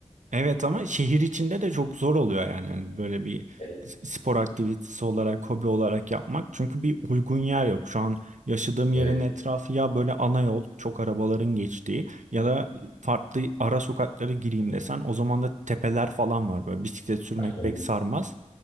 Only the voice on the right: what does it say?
Evet ama şehir içinde de çok zor oluyor yani. Hani böyle bir
s- spor aktivitesi olarak, hobi olarak yapmak. Çünkü bir uygun yer yok. Şu an yaşadığım yerin
etrafı ya böyle ana yol, çok arabaların geçtiği ya da farklı ara sokaklara gireyim desen o zaman da tepeler falan var. Böyle bisiklet sürmek
pek sarmaz.